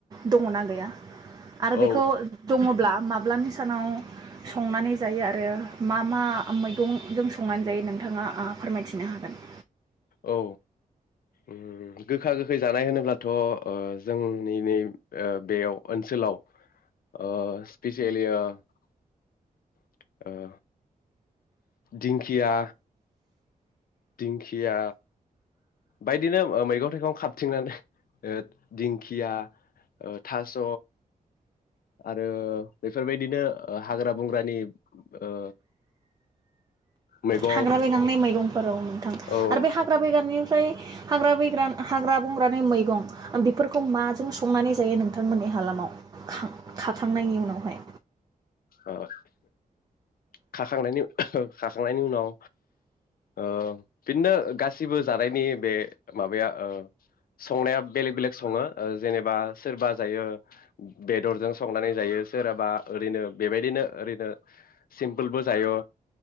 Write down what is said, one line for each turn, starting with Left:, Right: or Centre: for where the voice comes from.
Right: दङना गैया? आरो
Left: औ
Right: बेखौ दङब्ला माबा माब्लानि सानाव संनानै जायो आरो मा मा मैगंजों संनानै जायो नोंथाङा ओ फोरमायथिनो हागोन
Left: औ उम गोखा गोखै जानाय होनोब्लाथ' ओ जोंनि नै बेयाव ओनसोलाव ओ स्पेसेलि ओ दिंखिया दिंखिया बायदिनो मैगं थाइगं खाबथिंनानै ओ दिंखिया ओ थास' आरो बेफोरबायदिनो ओ हाग्रा बंग्रानि ओ मैगं
Right: थाग्रा मैगंनि मैगंफोर औनो थां
Left: औ ओ
Right: आरो बे हाग्रा बेगार थां निफ्राय हाग्रा बैग्रा हाग्रा बंग्रानि मैगं बेफोरखौ माजों संनानै जायो नोंथांमोननि हालामाव खा खाखांनायनि उनावहाय
Left: ओ खाखांनायनि खाखांनायनि उनाव ओ बिदिनो गासिबो जानायनि बे माबाया ओ संनाया बेलेग बेलेग सङो ओ जेनेबा सोरबा जायो बेदरजों संनानै जायो सोरहाबा ओरैनो बेबायदिनो ओरैनो सिम्पोलबो जायो